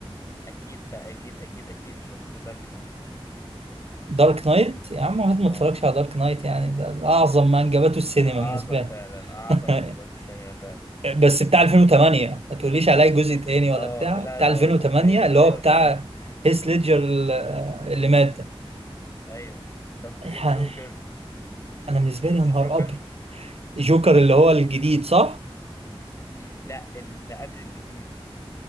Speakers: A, on the left; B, on the right.
A: اكيد بقى اكيد اكيد اكيد شفت دارك نايت
B: دارك نايت يا عم واحد ما
A: اه
B: اتفرجش على دارك نايت يعني ده اعظم ما انجبته السينما
A: اعظم
B: بالنسبة
A: فعلا اعظم
B: لي
A: من جوة السينما فعلا
B: <laughs> بس بتاع 2008 ما تقوليش عليا جزء تاني
A: اه
B: ولا بتاع
A: لا
B: بتاع
A: لا
B: 2008
A: هو ايوه
B: اللي
A: ايوه
B: هو بتاع
A: فعلا
B: هيث ليدجر اللي اللي مات
A: ايوه طب الجوكر
B: يعني انا بالنسبه
A: شفت
B: لي يا نهار
A: الجوكر
B: جوكر اللي هو الجديد صح؟
A: إيه؟ لا اللي قبل الجديد